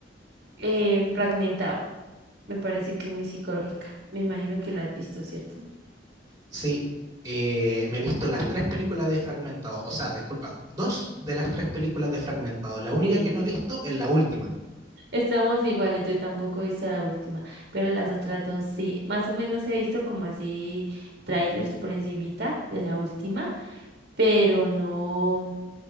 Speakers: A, on the right; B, on the right.
A: Eh, Fragmentado. Me parece que muy psicológica. Me imagino que la has visto, ¿cierto?
B: Sí, eh, me he visto las tres películas de Fragmentado, o sea, disculpa, dos de las tres películas de Fragmentado. La única
A: Sí.
B: que no he visto es la última
A: Estamos iguales, yo tampoco he visto la última, pero las otras dos sí. Más o menos he visto como así trailers por encimita de la última, pero no,